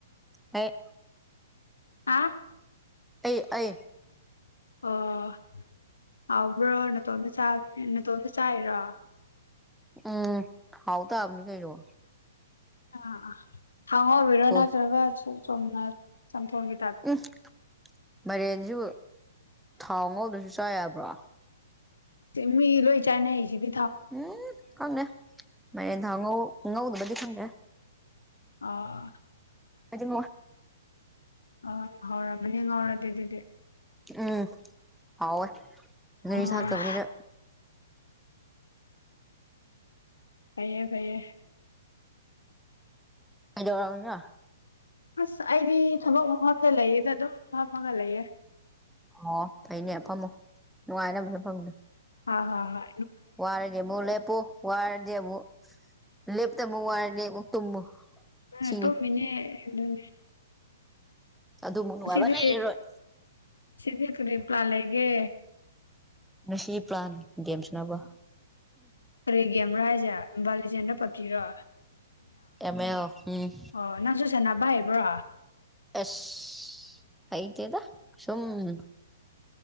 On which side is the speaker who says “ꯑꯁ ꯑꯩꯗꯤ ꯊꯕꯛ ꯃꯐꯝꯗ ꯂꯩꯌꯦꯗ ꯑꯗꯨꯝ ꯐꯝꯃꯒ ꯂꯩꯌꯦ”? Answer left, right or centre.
Left